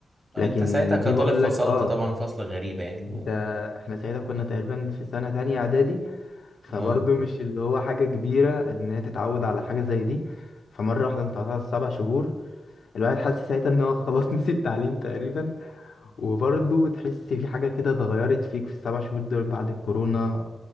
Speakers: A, on the right; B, on the left.
A: انت
B: لكن
A: ساعتها كطالب
B: دي بقول
A: فصلت
B: لك اه
A: طبعا فصل غريبة يعني
B: ده
A: و...
B: احنا ساعتها كنا تقريبا في سنة تانية اعدادي فبرضه
A: اه
B: مش اللي هو حاجة كبيرة ان هي تتعود على حاجة زي دي فمرة واحدة انت قطعت سبع شهور الواحد حس ساعتها ان هو <laughs> خلاص نسي التعليم تقريبا وبرضه تحس في حاجة كده اتغيرت فيك في السبع شهور دول بعد الكورونا